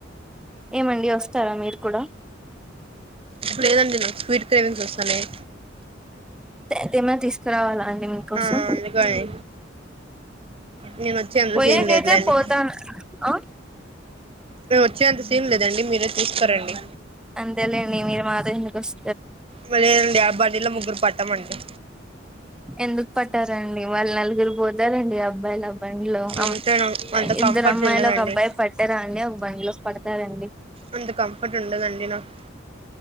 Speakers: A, in the centre; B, on the right.
A: ఏమండి వస్తారా మీరు కూడా
B: లేదండి నాకు స్వీట్ క్రేవింగ్స్ వస్తున్నాయి
A: తెతేమ తీసుకురావాలా అండి మీకోసం
B: ఆ అందుకని నేను వచ్చేంత
A: పోయే
B: సీన్
A: కేతే
B: లేదులేండి
A: పోతాన్ ఆ
B: మేమ్ వచ్చేంత సీన్ లేదండి మీరే తీస్ కరండి
A: అంతెలేండి మీరు మాతో ఎందుకోస్
B: బలే అండి ఆ బండిలో ముగ్గుర్ పట్టామండి
A: ఎందుక్ పట్టారండి వాళ్ నలుగురు పోతారండి అబ్బాల్ అబ్ బండ్ లో అమ్
B: అంతే అంత కంఫర్ట్
A: ఇద్దరు అమ్మాయిలు
B: ఉండదండి
A: ఒక అబ్బాయి పట్టారా అండి ఒక బండ్ లో పడతారండి
B: అంత కంఫటు ఉండదండి నాక్